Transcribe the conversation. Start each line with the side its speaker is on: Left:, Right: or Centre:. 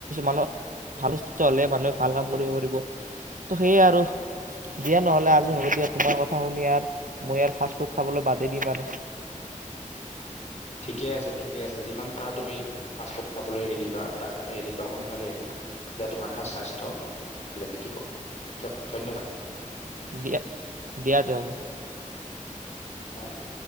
Right: মানুহ ভাল হ'লে মানুহে ভাল কাম কৰিব পাৰিব। ত' সেয়াই আৰু দিয়া নহ'লে আজি হ'ব দিয়া তোমাৰ কথা শুনি আৰ মই ই ফাষ্টফুড খাবলৈ বাদেই দিম আৰু।
Left: ঠিকে আছে ঠিকে আছে যিমান পাৰা তুমি ফাষ্টফুড খাবলৈ এৰিবা এৰিবা সোনকালে এৰিবা তেতিয়া তোমাৰ সে স্বাস্থ্য ভালে থাকিব ধন্যবাদ
Right: দিয়া দিয়া দেয়
Left: অকে